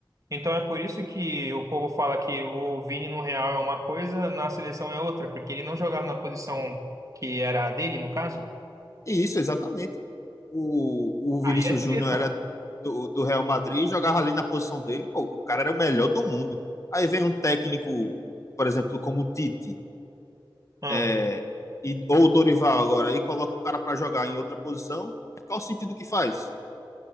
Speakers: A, on the right (about 40°); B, on the left (about 35°).
A: Então é por isso que o povo fala que o Vini no Real é uma coisa, na seleção é outra, porque ele não jogava na posição que era a dele, no caso.
B: Isso, exatamente. pô. O, o
A: Aí
B: Vinícius
A: é treta,
B: Júnior era
A: mano.
B: do, do Real Madrid, e jogava ali na posição dele, pô, o cara era o melhor do mundo. Aí vem um técnico, por exemplo, como o Tite,
A: Ah.
B: é, e, ou o Dorival agora, e coloca o cara para jogar em outra posição, qual o sentido que faz?